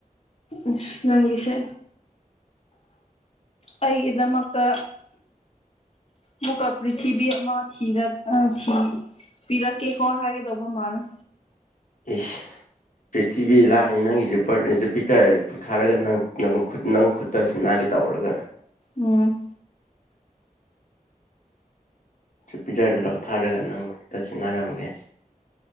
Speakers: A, on the left; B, on the left.
A: ꯎ ꯅꯪꯁꯦ ꯑꯩꯒꯤꯗꯃꯛꯇ ꯃꯨꯀꯥꯄꯔꯤ ꯊꯕꯤꯃ ꯊꯔ ꯊ ꯄꯤꯔꯛꯀꯦꯀꯣ ꯍꯥꯏꯒꯗꯧꯕ ꯃꯥꯜꯅꯦ
B: ꯏ ꯄ꯭ꯔꯤꯊꯤꯕꯤ ꯂꯥꯛꯑ ꯅꯪꯖꯄꯖꯄꯤ ꯇꯔ ꯄꯨꯨꯊꯥꯔꯒ ꯅ ꯅꯪ ꯈꯨꯠꯇꯁꯤ ꯃꯥꯅꯥꯒꯤ ꯇꯧꯔꯒ
A: ꯎꯝ
B: ꯁ ꯄꯤꯖꯔꯦ ꯂꯧꯊꯔꯒ ꯅꯪ ꯈꯨꯛꯇ ꯁꯤꯟꯅꯔꯝꯒꯦ